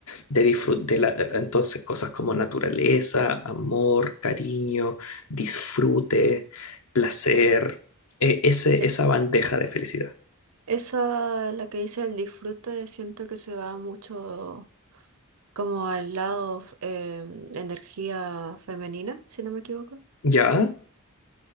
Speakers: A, on the left; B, on the right.
A: de disfrute, entonces cosas como naturaleza, amor, cariño, disfrute, placer, e- ese,
B: E-
A: esa bandeja de felicidad.
B: Esa, la que dice el disfrute, siento que se va mucho como al lado f- em, energía femenina, si no me equivoco.
A: ¿Ya?